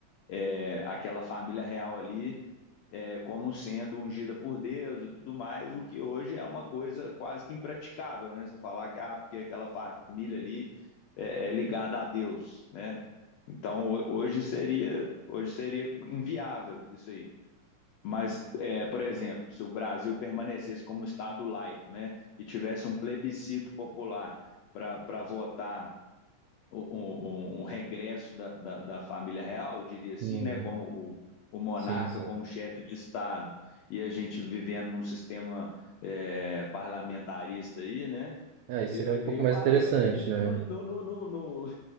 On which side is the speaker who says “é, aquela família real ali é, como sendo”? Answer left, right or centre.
Left